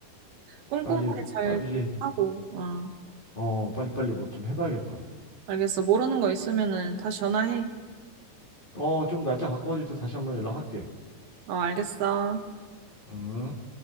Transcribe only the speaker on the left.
빨리,
빨리,
어, 빨리빨리 뭐 좀 해봐야겠다.
어, 좀 날짜 가까워질 때 다시 한번 연락할게.
음.